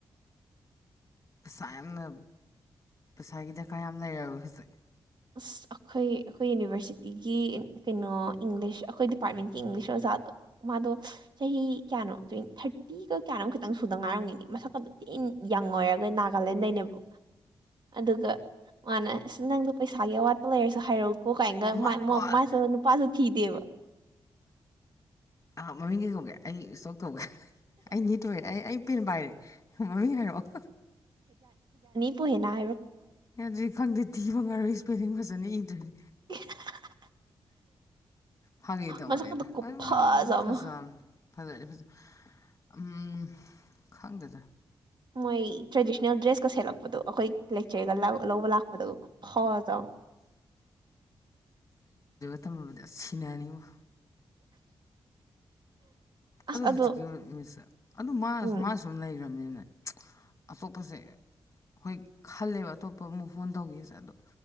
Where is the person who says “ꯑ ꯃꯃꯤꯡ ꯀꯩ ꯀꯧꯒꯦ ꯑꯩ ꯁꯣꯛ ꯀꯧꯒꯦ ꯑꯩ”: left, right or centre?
Left